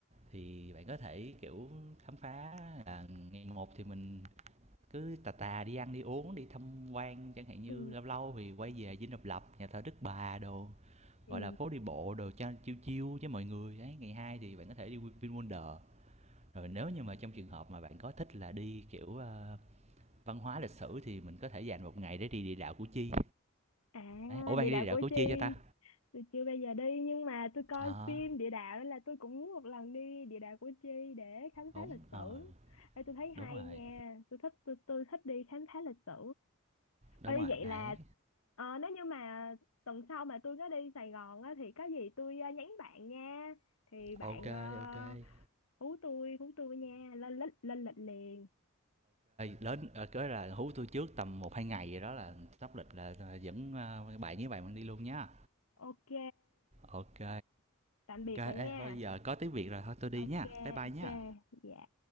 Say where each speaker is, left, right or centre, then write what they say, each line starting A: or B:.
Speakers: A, on the right (about 30°); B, on the left (about 85°).
A: thì bạn có thể, kiểu, khám phá là ngày một thì mình cứ tà tà đi ăn đi uống, đi tham quan, chẳng hạn như
B: ừ
A: lâu lâu thì quay về Dinh Độc Lập, nhà thờ Đức Bà đồ,
B: ừ
A: gọi là, phố đi bộ đồ cho chiêu chiêu với mọi người. ấy ngày hai thì bạn có thể đi Vin rồi nếu như mà trong trường hợp mà bạn có thích là đi, kiểu, ơ, văn hóa lịch sử thì mình có thể dành một ngày để đi địa đạo Củ Chi.
B: à
A: Đấy, ủa, bạn
B: địa
A: đi
B: đạo
A: địa đạo
B: Củ
A: Củ Chi
B: Chi
A: cho ta?
B: tôi chưa bây giờ đi nhưng mà tôi coi
A: Ờ,
B: phim địa đạo nên là tôi cũng muốn một lần đi địa đạo Củ Chi để khám
A: đúng,
B: phá lịch sử
A: ờ,
B: Ê, tôi thấy
A: đúng
B: hay
A: rồi,
B: nha tôi thích tôi, tôi thích đi khám phá lịch sử
A: đúng
B: Ê,
A: rồi,
B: vậy
A: đấy.
B: là ờ, nếu như mà tuần sau mà tôi có đi Sài Gòn á, thì có gì tôi ờ, nhắn bạn nha thì bạn
A: ok, ok, ô kê,
B: uh, hú tôi hú tôi nha lên lịch lên lịch liền
A: đến ờ, cái là hú tôi trước tầm một hai ngày gì đó là sắp lịch là, à, dẫn, a, bạn với bạn mình đi luôn nhá.
B: ok
A: ok, ok,
B: tạm biệt
A: ê,
B: bạn nha
A: thôi giờ có tiếng Việt rồi, thôi tôi đi
B: ok
A: nhá, bye bye
B: ok
A: nhá.
B: dạ